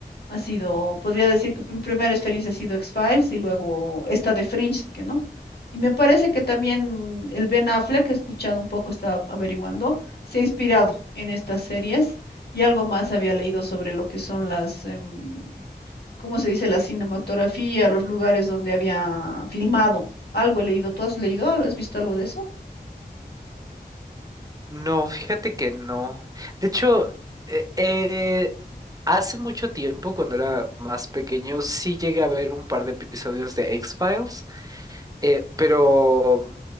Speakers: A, on the left; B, on the right.
A: Ha sido, podría decir que mi primera experiencia ha sido X-Files y luego esta de Fringe, que no. Y me parece que también el Ben Affleck, he escuchado un poco, estaba averiguando, se ha inspirado en estas series y algo más había leído sobre lo que son las, em, ¿cómo se dice? La cinematografía, los lugares donde había filmado. Algo he leído. ¿Tú has leído? algo? ¿Has visto algo de eso?
B: No, fíjate que no. De hecho, eh, eh, hace mucho tiempo, cuando era más pequeño, sí llegué a ver un par de episodios de X-Files. Eh, pero